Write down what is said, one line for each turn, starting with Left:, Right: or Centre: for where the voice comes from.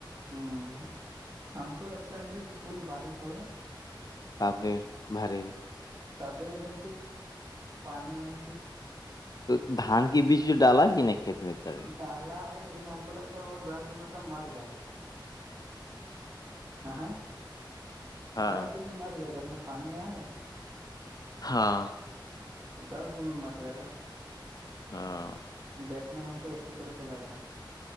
Right: ہ ہم کو لگتا ہے ادھر پھول بارش ہو جا
Left: تپ نے بھرے گ
Right: تبھی ادھر کچھ پانی وانی کی
Left: تو دھان کے بیج جو ڈالا ہی نہیں کھیت میں تک
Right: ڈہلہ ہے لیکن ہم کو لگتا ہے وہ دس دن میں سب مر جائے گا ہاں ہ
Left: ہاں
Right: دس دن میں مری جائے گا اپ پانی نہیںا ہوگا
Left: ہاں
Right: دس دن میں مر جائے گا
Left: ہاں
Right: دیکنے میں ہم کو اسسی طرح سے لگ رہا ہے